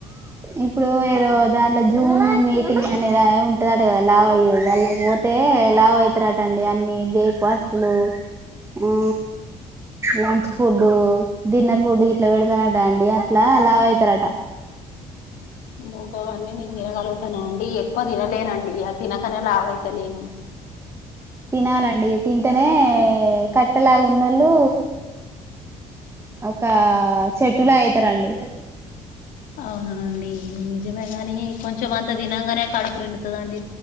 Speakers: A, on the right; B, on the left.
A: ఇప్పుడూ ఏదో దాంట్లో జూమ్ మీటింగ్ అనేదా ఉంటదట గదా లావు అయ్యేది అల్లక్ పోతే ఏ లావ్ అయితారట అండి అన్ని బ్రేక్ఫాస్ట్లు ఆ లంచ్ ఫుడ్ డిన్నర్ ఫుడ్ ఇట్లా పెడతారంటండి అట్లా లావ అయితారాట
B: మూకావన్నీ నేను తినగలుగుతాను అండి ఎక్కువ తినలేనండి ఆ తినకనే లావ అయితలేను
A: తినాలండి తింటేనే కట్టెలా ఉన్నళ్ళు ఒక చెట్టుల అయితారండి
B: అవున అండి నిజమే గాని కొంచెం అంత తినంగానే కడుపు నిండుతాదండి